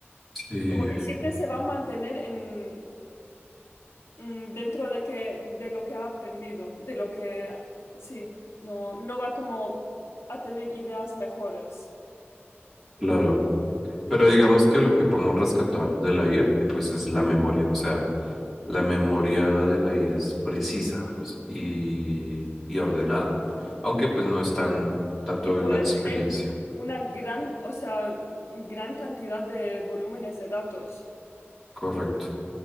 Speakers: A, in the centre; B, on the left.
A: Sí,
B: Como que siempre se va a mantener en, mm, dentro de que, de lo que ha aprendido, de lo que, sí, no, no va como a tener ideas mejores.
A: Claro, pero digamos que lo que podemos rescatar de la IA, eh, pues es la memoria, o sea, la memoria de la IA es precisa pues, y, y ordenada, aunque pues no es tan tanto
B: Y puede
A: de una experiencia,
B: tener una gran, o sea, gran cantidad de volúmenes de datos.
A: correcto.